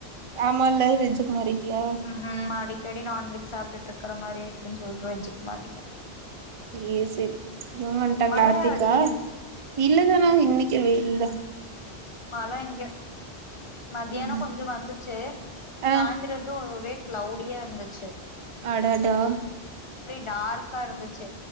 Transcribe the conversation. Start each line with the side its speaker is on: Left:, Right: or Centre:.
Right: ஆமால்ல வெஜ்ஜுக்கு மாறிட்டியா
Left: உம் உம் அடிக்கடி நான்வெஜ் சாப்டுட்டு இருக்கிற மாரி <unintelligible> மாறிட்டா
Right: ஏ சரி இவங்க வந்துட்டாங்களா
Left: மழையாடி
Right: ஆர்த்திகா
Left: எங்
Right: இல்லதானா இன்னைக்குவே இல்ல
Left: மழை இங்க மத்தியானம்
Right: ம்
Left: கொஞ்சம் வந்துச்சு
Right: ஆ
Left: சாய்ந்திரதும் ஒரே கிளௌவுடியா இருந்துச்சு
Right: அடடா
Left: டார்கா இருந்துச்சு